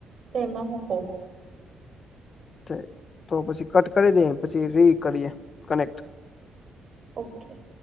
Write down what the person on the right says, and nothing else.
તો એમાં હું કઉ.
ઓકે.